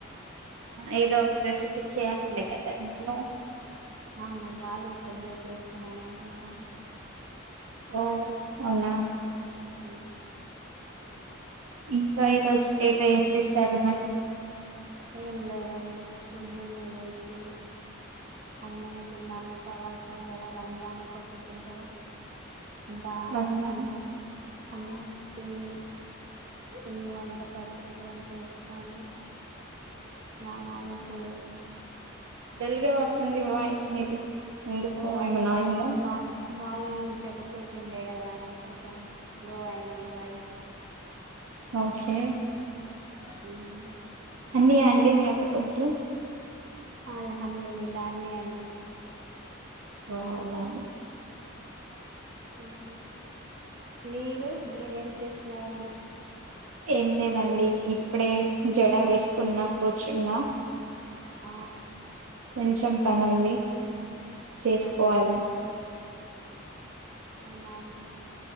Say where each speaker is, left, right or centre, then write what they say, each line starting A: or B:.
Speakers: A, on the right; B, on the right.
A: ఏదో ఒకటి రెసిపీ చేయ్యాలండి కదా ఇంట్లో.
B: అవునండి ఆలు భజ్జీయా చేసుకుందాం అనుకుంటాన్నా.
A: ఓ అవునా.
B: అ
A: ఇంకా ఈరోజు డేలో ఏం చేశారు మరి.
B: ఏం లేదండి పొద్దున్నే లేచి అన్నం తిన్నాము. ఉపవాసం గదా రంజాన్ ఒక పొద్దులు కదా. ఇంకా
A: అవునా
B: అన్నం, అన్నం తిని ఇల్లు అంతా పరిశుభ్రం చేసుకొని, స్నానాలు చేసి,
A: డల్గా వస్తుంది వాయిస్ మీది ఎందుకో
B: ఓ వాయిసా
A: ఏమన్నా అయ్యిందా.
B: మా మార్నింగ్ నుంచి ఒక పొద్దు ఉండే కదా అండి కొంచెం లో అయింది వాయిస్.
A: ఓకే
B: హ్మ్
A: అన్నియా అండి మీ ఒక్క పొద్దులు.
B: అల్హందులిల్లా అన్నీ అండి.
A: Wow nice.
B: హ్మ్ మీరు మీరేం చేస్తున్నారండి?
A: ఏం లేదండి ఇప్పుడే జడా వేసుకున్నా, కూర్చున్నా.
B: ఆ
A: కొంచెం పనుంది. చేసుకోవాలి
B: ఓకే అవునా అండి.